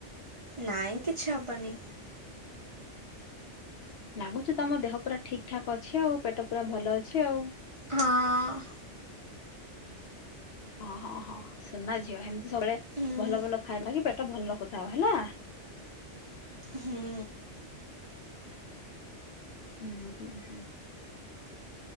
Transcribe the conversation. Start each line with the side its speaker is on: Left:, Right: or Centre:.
Right: ନାଇଁ କିଛି ହବନି।
Left: ଲାଗୁଛି ତମ ଦେହ ପୁରା ଠିକ ଠାକ ଅଛି ଆଉ ପେଟ ପୁରା ଭଲ ଅଛି ଆଉ।
Right: ହଁ
Left: ଓଁ ହଁ ହଁ ସୁନା ଝିଅ ଏମତି ସବୁବେଳେ
Right: ଉଁ,
Left: ଭଲ ଭଲ ଖାଇବା କି ପେଟ ଭଲ ରଖୁଥାଉ ହେଲା।
Right: ହୁଁ
Left: ହୁଁ ହୁଁ ହୁଁ।